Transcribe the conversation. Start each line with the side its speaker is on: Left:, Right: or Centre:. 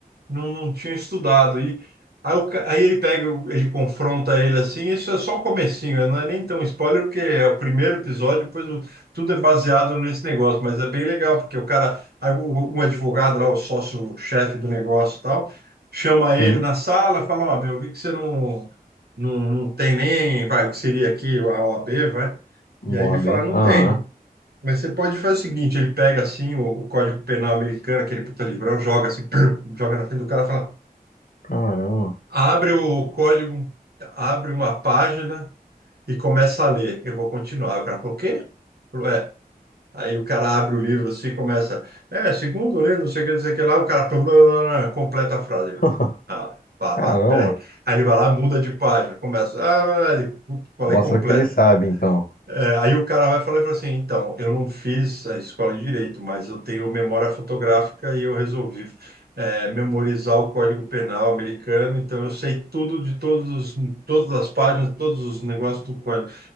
Right: não, não tinha estudado. E aí, o ca- aí ele pega, o- ele confronta ele assim, isso é só o comecinho, né? não é nem tão spoiler, porque é o primeiro episódio, depois o- tudo é baseado nesse negócio, mas é bem legal, porque o cara, aí o- um advogado lá, o sócio-chefe do negócio e tal, chama ele
Left: sim.
Right: na sala, fala, ó, meu, eu vi que você não, não, não tem nem, vai, o que seria aqui, a OAB, vai.
Left: Moab.
Right: E aí ele fala, não
Left: Aham.
Right: tenho. Mas você pode fazer o seguinte, ele pega assim o, o Código Penal americano, aquele puta livrão, joga assim, <clears throat> <grunts> joga na frente do cara, e fala,
Left: Caramba.
Right: abre o código, abre uma página e começa a ler. Eu vou continuar. O cara falou, o quê? Falou, é. Aí o cara abre o livro assim, e começa, é, segundo lê, não sei o que, não sei o que lá, o cara blá, blá, blá, blá, completa a frase.
Left: <laughs>
Right: Ele, Ah, vá,
Left: Caramba.
Right: vá, peraí. Aí ele vai lá, muda de página, começa, ah, ele, puta, qual
Left: Mostra
Right: é completa?
Left: que ele sabe, então.
Right: É, aí o cara vai falar e fala assim, então, eu não fiz a escola de direito, mas eu tenho memória fotográfica e eu resolvi é, memorizar o Código Penal americano, então eu sei tudo de todos os, todas as páginas, todos os negócios do código.